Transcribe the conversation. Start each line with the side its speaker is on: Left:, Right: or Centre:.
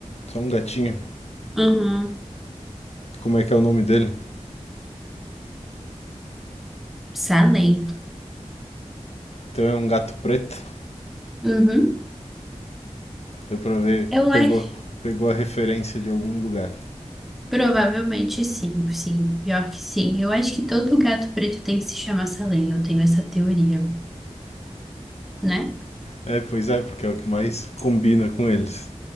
Left: só um gatinho.
Centre: Uhum.
Left: Como é que é o nome dele?
Centre: Salem.
Left: Então é um gato preto.
Centre: Uhum.
Left: Deu pra ver,
Centre: Eu
Left: pegou,
Centre: acho.
Left: pegou a referência de algum lugar.
Centre: Provavelmente sim, sim. Pior que sim. Eu acho que todo gato preto tem que se chamar Salem. Eu tenho essa teoria, né?
Left: É, pois é, porque é o que mais combina com eles.